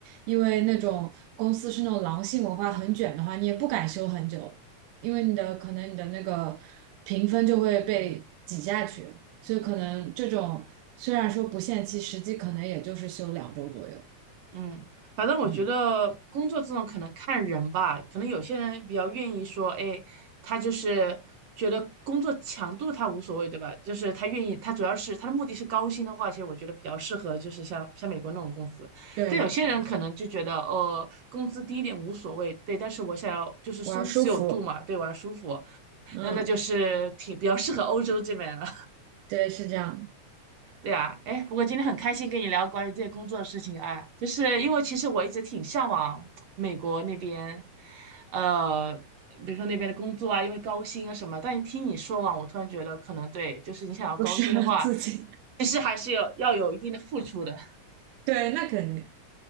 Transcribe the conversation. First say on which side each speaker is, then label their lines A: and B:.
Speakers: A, on the right; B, on the right.
A: 因为那种公司是那种狼性文化很卷的话，你也不敢休很久，因为你的可能你的那个评分就会被挤下去，所以可能这种虽然说不限期，实际可能也就是休两周左右。
B: 嗯，反正我觉得工作这种可能看人吧，
A: 嗯，
B: 可能有些人比较愿意说，哎，他就是觉得工作强度他无所谓，对吧？就是他愿意，他主要是他的目的是高薪的话，其实我觉得比较适合就是像像美国那种公司。
A: 对，
B: 但有些人可能就觉得，哦，工资低一点无所谓，对，但是我想要就是松弛有度嘛，
A: 我要舒服。
B: 对，我要舒服，
A: 嗯。
B: 那那就是挺比较适合欧洲这边了。
A: 对，是这样的，
B: 对啊，哎，不过今天很开心跟你聊关于这些工作的事情啊，就是因为其实我一直挺向往美国那边，呃，比如说那边的工作啊，因为高薪啊什么。但一听你说完，我突然觉得可能对，就是你想要高薪的话，
A: 不适合自己。
B: 其实还是有要有一定的付出的。
A: <laughs> 对，那肯定。